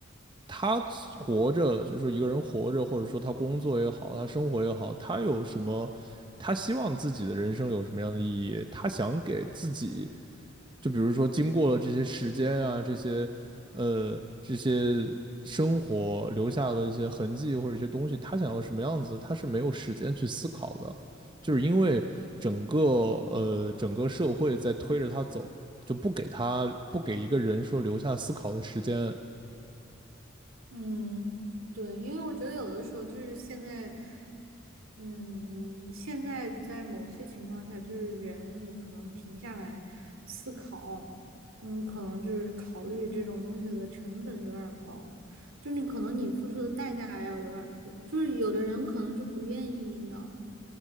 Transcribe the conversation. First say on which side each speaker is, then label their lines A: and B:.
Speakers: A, on the right; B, on the right.
A: 他活着，就是说一个人活着，或者说他工作也好，他生活也好，他有什么，他希望自己的人生有什么样的意义？他想给自己，就比如说经过了这些时间啊，这些呃这些生活留下的一些痕迹或者一些东西，他想要什么样子，他是没有时间去思考的，就是因为整个呃整个社会在推着他走，就不给他不给一个人说留下思考的时间。
B: 嗯，对，因为我觉得有的时候就是现在，嗯，现在在某些情况下，就是人你可能停下来思考，嗯，可能就是考虑这种东西的成本有点儿高。就是你可能你付出的代价要有点多，就是有的人可能就不愿意，你知道吗？